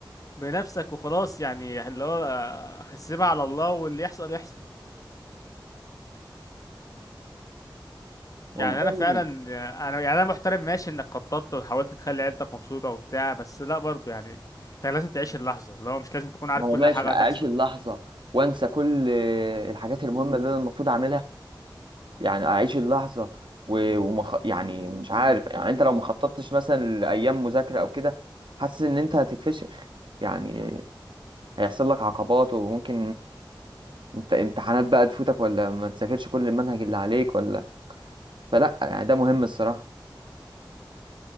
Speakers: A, on the left; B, on the right.
A: بنفسك وخلاص يعني اللي هو آه، سيبها على الله واللي يحصل يحصل
B: والله
A: يعني انا فعلا انا يعني انا محترم ماشي انك خططت وحاولت تخلي عيلتك مبسوطة وبتاع بس لا برضه يعني انت لازم تعيش اللحظة اللي هو مش لازم تكون عارف
B: ما هو
A: كل
B: ماشي
A: حاجة
B: اعيش
A: هتحصل
B: اللحظه وانسى كل الحاجات المهمه اللي انا المفروض اعملها يعني اعيش اللحظه و... ومخ... يعني مش عارف يعني انت لو ما خططتش مثلا لايام مذاكره او كده حاسس ان انت هتتفشخ يعني هيحصل لك عقبات وممكن انت امتحانات بقى تفوتك ولا ما تذاكرش كل المنهج اللي عليك ولا فلا يعني ده مهم الصراحه